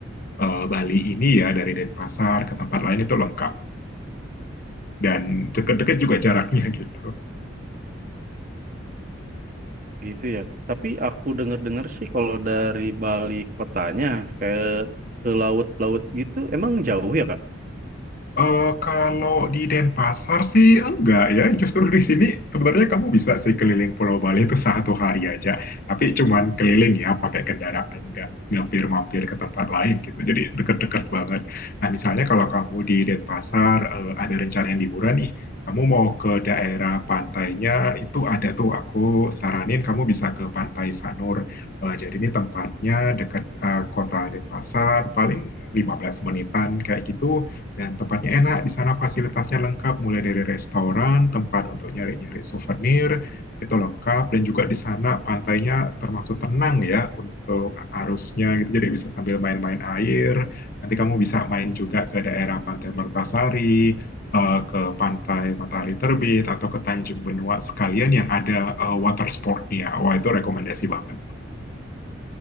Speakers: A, on the left; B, on the right.
A: eh, Bali ini ya dari Denpasar ke tempat lain itu lengkap dan dekat-dekat juga jaraknya gitu.
B: Gitu ya. Tapi aku dengar-dengar sih kalau dari Bali kotanya kayak ke laut-laut gitu emang jauh ya Kak? ya?
A: Eh, kalau di Denpasar sih enggak ya, justru di sini sebenarnya kamu bisa sih keliling Pulau Bali itu satu hari aja, tapi cuman keliling ya pakai kendaraan enggak mampir-mampir ke tempat lain gitu, jadi deket-deket banget. Nah misalnya kalau kamu di Denpasar eh, ada rencana yang liburan nih, kamu mau ke daerah pantainya itu ada tuh aku saranin kamu bisa ke Pantai Sanur. Eh, jadi ini tempatnya dekat eh, kota Denpasar, paling 15 menitan kayak gitu dan tempatnya enak, di sana fasilitasnya lengkap, mulai dari restoran, tempat untuk nyari-nyari souvenir, itu lengkap, dan juga di sana pantainya termasuk tenang ya untuk arusnya gitu, jadi bisa sambil main-main air, nanti kamu bisa main juga ke daerah Pantai Mertasari, eh, ke Pantai Matahari Terbit, atau ke Tanjung Benua sekalian yang ada eh, water sportnya, wah itu rekomendasi banget.